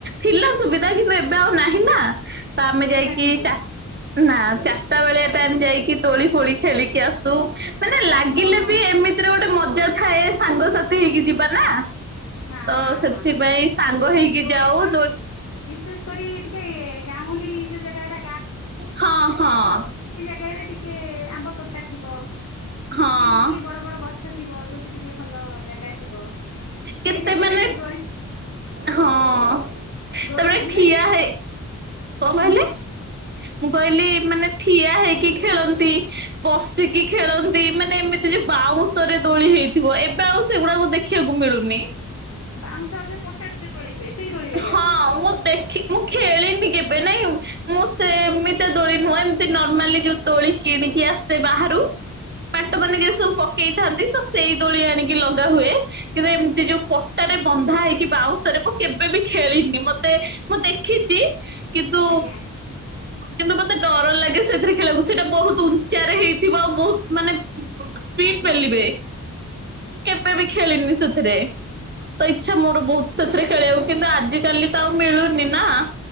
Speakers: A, on the right; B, on the left.
A: ଥିଲା ସୁବିଧା କିନ୍ତୁ ଏବେ ଆଉ ନାହିଁ। ହିଁ ନା। ତ ଆମେ
B: ଦୋଳି
A: ଯାଇକି
B: ଲାଗୁନି
A: ଚା ନା ଚାରିଟା ବେଳିଆ ଟାଇମ ଯାଇକି ତୋଳି ଫୋଳି ଖେଳିକି ଆସୁ ମାନେ
B: ଓହୋ
A: ଲାଗିଲେ
B: ହୋ
A: ବି ଏମିତିରେ ଗୋଟେ ମ ରଜ ଥାଏ ସାଙ୍ଗସାଥି ହେଇକି ଯିବା ନା।
B: ହଁ
A: ତ
B: ହଁ
A: ସେଥିପାଇଁ
B: ହଁ
A: ସାଙ୍ଗ ହେଇକି
B: ଦୋଳି
A: ଯାଉ
B: କଣ କି ବିଶେଷ କରି ଟିକେ ଗାଉଁଲି ଯୋଉ ଜାଗାଟା
A: ହଁ ହଁ।
B: ଜାଗାରେ ଟିକେ ଆମ୍ବ ତୋଟା ଟା ଥିବ
A: ହଁ
B: କି କିଛି ବଡ ବଡ ଗଛ ଥିବ ଯୋଉଠି ଟିକେ ଭଲ ଜାଗା ଥିବ।
A: କେତେ
B: ସେଇ ଜାଗାରେ
A: ମାନେ
B: ଟିକେ ଦୋଳି
A: ହଁ
B: ଦୋଳି
A: ତମେ
B: ଲାଗିଲେ
A: ଠିଆ
B: ଟିକେ
A: ହେଇ କଣ
B: ହଁ
A: କହିଲେ
B: କୁହନ୍ତୁ
A: ମୁଁ କହିଲି ମାନେ ଠିଆ ହେଇକି। ଖେଳନ୍ତି ବସିକି ଖେଳନ୍ତି ମାନେ ଏମିତି ଯେ ବାଉଁଶରେ ଦୋଳି ହେଇଥିବ ଏବେ ଆଉ ସେଗୁଡାକ ଦେଖିବାକୁ ମିଳୁନି।
B: ବାଉଁଶ ଆଉ ଯୋଉ ପଟାରେ ଯୋଉ ଦୋଳି ହୁଏ ସେଇ ଦୋଳି ଲାଗେ
A: ହଁ
B: ଆପଣଙ୍କର।
A: ମୁଁ ଦେଖି ମୁଁ ଖେଳିନି କେବେ ମୁଁ ସେ ଏମିତି ଦୋଳି ନୁହଁ ଏମତି ନର୍ମାଲି ଯୋଉ ଦୋଳି କିଣିକି ଆସେ ବାହାରୁ। ବାଟ
B: ଆଜ୍ଞା
A: ମାନଙ୍କରେ ସବୁ ପକେଇଥାନ୍ତି। ତ ସେଇ ଦୋଳି ଆଣିକି ଲଗା ହୁଏ କିନ୍ତୁ ଏମିତି ଯୋଉ ପଟାରେ ବନ୍ଧା ହେଇକି ବାଉଁଶରେ କେବେ ବି ଖେଳିନି ମତେ ମୁଁ ଦେଖିଛି। ହଁ। କିନ୍ତୁ
B: ଆଜ୍ଞା
A: କିନ୍ତୁ ମତେ ଡର ଲାଗେ ସେଥିରେ ଖେଳକୁ ସେଇଟା ବହୁତ ଉଞ୍ଚାରେ ହେଇଥିବ ଆଉ ବହୁତ ମାନେ ସ୍ପିଡ
B: ଆଜ୍ଞା
A: ପେଲିବେ। ମୁଁ କେବେ ବି ଖେଳିନି ସେଥିରେ ତ ଇଚ୍ଛା ମୋର ବହୁତ ସେଥିରେ ଖେଳିବାକୁ କିନ୍ତୁ ଆଜି କାଲି ତ ଆଉ ମିଳୁନି ନା।